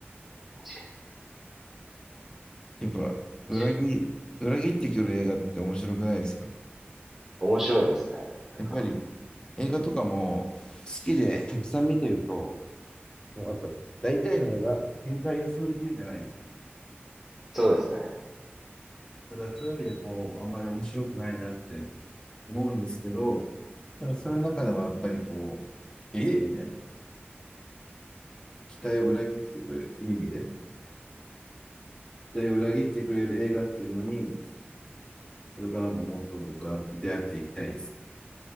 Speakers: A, in the centre; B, on the left.
A: 確か
B: やっぱ、
A: に。
B: 裏切、
A: 確かに。
B: 裏切ってくる映画って面白くないですか
A: 面白いですね。なんか、
B: やっぱり、映画とかも好きでたくさん見てると、もうやっぱ大体の映画、展開予想できるじゃないですか。
A: そうですね。
B: だからそういう意味でこう、あんまり面白くないなって思うんですけど、でもそれの中でもやっぱりこう、
A: ええ
B: ええみたいな。期待を裏切ってくれる、いい意味で。期待を裏切ってくれる映画っていうのに、これからももっと僕は出会っていきたいです。